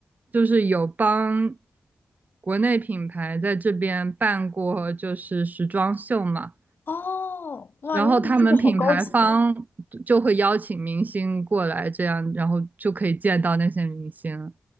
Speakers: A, on the right; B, on the left.
A: 就是有帮国内品牌在这边办过就是时装秀嘛，
B: 哦，哇，
A: 然后他们品牌方就会邀请明星过来，
B: 那你这个好高级。
A: 这样然后就可以见到那些明星。